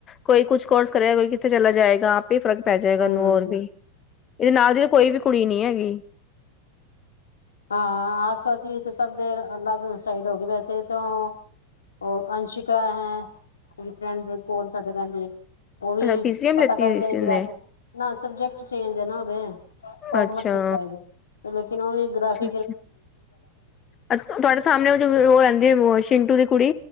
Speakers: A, on the left (about 25°); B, on the left (about 70°).
A: ਕੋਈ ਕੁਛ ਕੋਰਸ ਕਰੇਗਾ ਕੋਈ ਚਲਾ ਜਾਏਗਾ ਆਪ ਵੀ ਫ਼ਰਕ ਪੈ ਜਾਏਗਾਨੂੰ
B: ਹਮ
A: ਹੋਰ ਵੀ ਇਹਦੇ ਨਾਲ ਦੀ ਤਾਂ ਕੋਈ ਵੀ ਕੁੜੀ ਨੀ ਹੈਗੀ
B: ਹਾਂ ਆਸ ਪਾਸ ਵੀ ਤੇ ਸਭ ਦੇ ਅਲੱਗ ਸਾਈਡ ਹੋ ਗਈ ਵੈਸੇ ਤਾਂ ਉਹ ਅੰਸ਼ਿਕਾ ਹੈ ਫੈਂਡ ਕੋਲ ਸਦੇ ਰਹਿੰਦੀ ਹੈ ਉਹ ਵੀ
A: ਅੱਛਾ ਪੀ ਸੀ ਐਮ ਲਿੱਤੀ
B: ਪਤਾ ਕਰਕੇ
A: ਹੋਈ
B: ਆਏ
A: ਸੀ ਉਹਨੇ
B: ਗ੍ਰਫਿਕ ਨਾ ਸਬਜੈਕਟ ਚੇਜ ਹੈ ਨਾ ਉਹਦੇ ਕਮਰਸ
A: ਅੱਛਾ
B: ਚ ਚਾਹੀਦਾ ਲੇਕਿਨ ਉਹ ਗਫ
A: ਅੱ ਅੱਛ ਤੁਹਾਡੇ ਸਾਹਮਣੇ ਉਹ ਉਹ ਰਹਿੰਦੀ ਵਸ਼ਿੰਗ ਦੀ ਕੁੜੀ